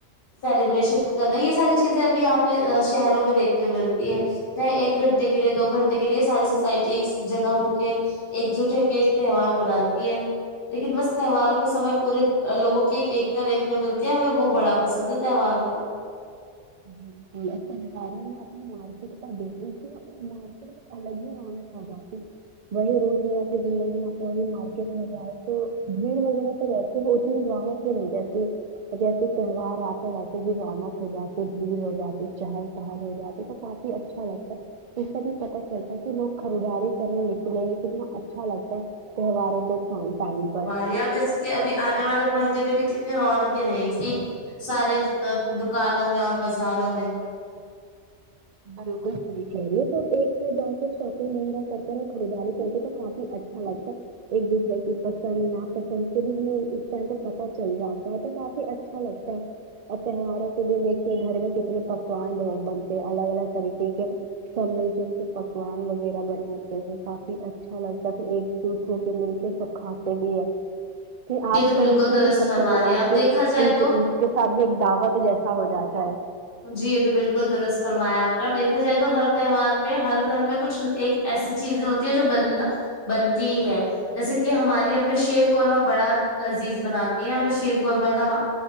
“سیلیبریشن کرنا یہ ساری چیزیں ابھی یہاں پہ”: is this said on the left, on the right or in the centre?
Left